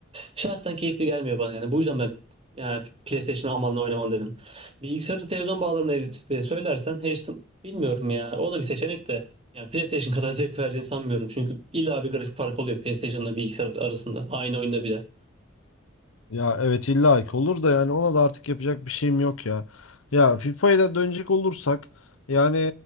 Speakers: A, on the right (about 30°); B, on the left (about 80°).
A: Şahsen keyifli gelmiyor bana yani. Bu yüzden ben yani PlayStation almadan oynamam dedim. Bilgisayarı televizyon bağlarına diye söylersen H'den bilmiyorum ya. O da bir seçenek de. Yani PlayStation kadar zevk vereceğini sanmıyorum. Çünkü illa bir grafik farkı oluyor PlayStation'la bilgisayar arasında. Aynı oyunda bile.
B: Ya evet illa ki olur da yani ona da artık yapacak bir şeyim yok ya. Ya FIFA'ya da dönecek olursak yani